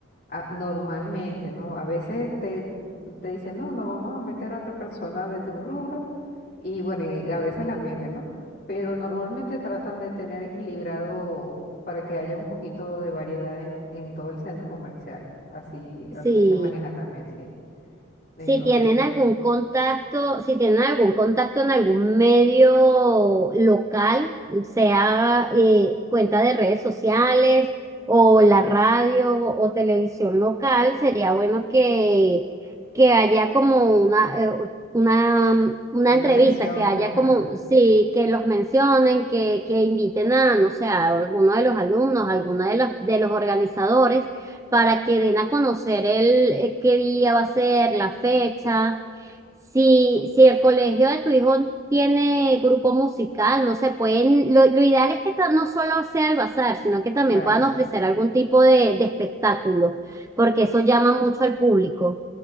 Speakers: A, on the left (about 45°); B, on the right (about 15°).
A: ah, normalmente, ¿no? A veces te, te dicen, no, no vamos a meter a otra persona de tu rubro. Y bueno, y a veces la meten, ¿no? Pero normalmente tratan de tener equilibrado para que haya un poquito de variedad en, en todo el centro comercial. Así,
B: si,
A: así se maneja también, sí. Entonces,
B: si tienen algún
A: sí.
B: contacto, si tienen algún contacto en algún medio local, sea eh, cuenta de redes sociales o la radio o televisión local, sería bueno que, que haya como una, eh, una, una
A: Una
B: entrevista,
A: mención,
B: que haya
A: ajá,
B: como, sí, que los mencionen, que, que inviten a, no sé, a alguno de los alumnos, a alguno de los, de los organizadores para que den a conocer el eh, qué día va a ser, la fecha. Si, si el colegio de tu hijo tiene grupo musical, no sé, pueden, lo, lo ideal es que ta- no solo sea el bazar, sino que también
A: claro.
B: puedan ofrecer algún tipo de, de espectáculo, porque eso llama mucho al público.